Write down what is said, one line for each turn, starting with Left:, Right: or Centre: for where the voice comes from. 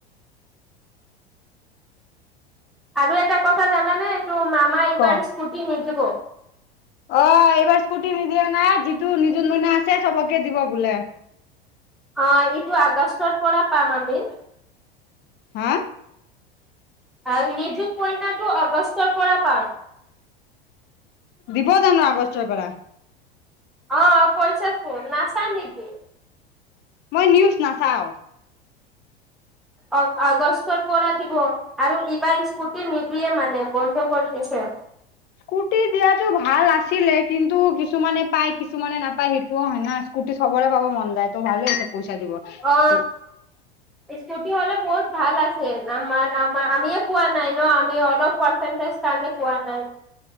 Centre: আৰু এটা কথা জানানে, এইটো মামা এইবাৰ
Left: ক
Centre: স্কুটি নিদিব।
Left: অ এইবাৰ স্কুটি নিদিয়া নাই, যিটো নিযুত মইনা আছে চবকে দিব বোলে।
Centre: অ এইটো আগষ্টৰ পৰা পাম আমি।
Left: হা?
Centre: আৰু নিযুত মইনাটো আগষ্টৰ পৰা পাম।
Left: দিবজানো আগষ্টৰ পৰা?
Centre: অ কৈচে চোন, নাচাৱ নেকি?
Left: মই নিউজ নাচাওঁ।
Centre: অ আগষ্টৰ পৰা দিব আৰু ইবাৰ স্কুটি নিদিয়ে মানে বন্ধ কৰি দিছে।
Left: স্কুটি দিয়াটো ভাল আছিলে। কিন্তু কিছুমানে পাই, কিছুমানে নাপায় সেইটোও হয় ন। স্কুটি চবৰে পাব মন যায় তো, ভালে হৈছে পইচা দিব।
Centre: অ
Left: ত
Centre: স্কুটি হলে বহুত ভাল আছে। আমাৰ ম আমিয়ে পোৱা নাই ন, আমি অলপ পাৰ্চেন্টেজ কাৰণে পোৱা নাই।